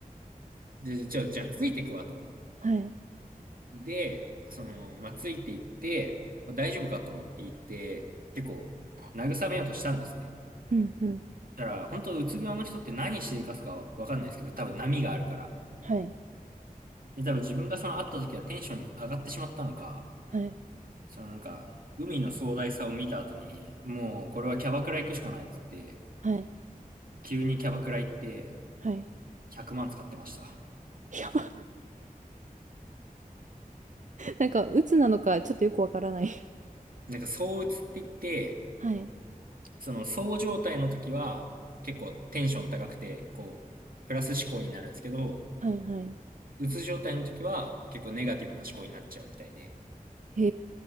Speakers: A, on the right; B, on the right.
A: で、じゃあ、じゃあついてくわと。
B: はい、
A: で、その、まあ、ついていって、まあ大丈夫かと言って、結構、慰めようとしたんですね。
B: うん、うん、
A: だから、本当うつ病の人って何しでかすかわかんないですけど、多分波があるから。
B: はい、
A: で、多分自分がその会った時はテンションに上がってしまったのか、
B: はい、
A: そのなんか、海の壮大さを見た後に、もうこれはキャバクラ行くしかないっつって、
B: はい、
A: 急にキャバクラ行って、
B: はい、
A: 100万使ってました。
B: やば。なんか、鬱なのかちょっとよくわからない。
A: なんか、躁鬱って言って、
B: はい、
A: その、そう状態の時は、結構テンション高くて、こう、プラス思考になるんですけど、
B: はい、はい、
A: うつ状態の時は、結構ネガティブな思考になっちゃうみたいで。
B: へ